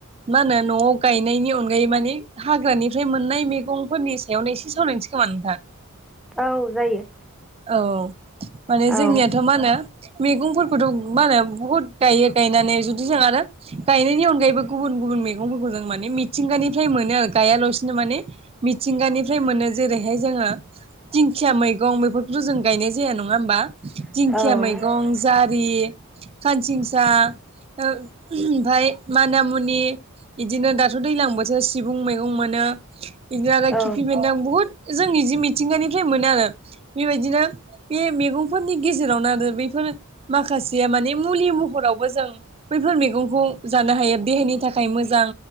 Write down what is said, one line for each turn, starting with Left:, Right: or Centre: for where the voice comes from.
Right: मा होनो न'आव गायनायनि अनगायै मानिे हाग्रानिफ्राय मोननाय मैगंफोरनि सायावनो एसे सावरायनोसै खो मा नोंथां।
Centre: औ जायो
Right: औ माने
Centre: औ
Right: जोंनियाथ' मा होनो मैगंफोरखौथ' मा होनो बुहुत गायो गायनानै जुदि जों आरो गायनायनि अनगायैबो गुबुन गुबुन मैगंफोरखौ जों माने मिथिंगानिफ्राय मोनो आरो गयालासिनो माने मिथिंगानिफ्राय मोनो जेरैहाय जोङो दिंखिया मैगं बेफोरखौथ' जों गायनाय जाया नङा होमबा?
Centre: औ
Right: दिंखिया मैगं जारि, खानसिंसा ओमफाय मानामुनि बिदिनो दाथ' दैज्लां बोसोर सिबुं मैगं मोनो बिदिनो आरो
Centre: औ
Right: खिफि बेन्दों बुहुत जोंनि जि मिथिंगानिफ्राय मोनो आरो बेबायदिनो बे मैगंफोरनि गेजेरावनो आरो बे बेफोर माखासेया माने मुलि महरावबो जों बैफोर मैगंखौ जानो हायो देहानि थाखाय खाय मोजां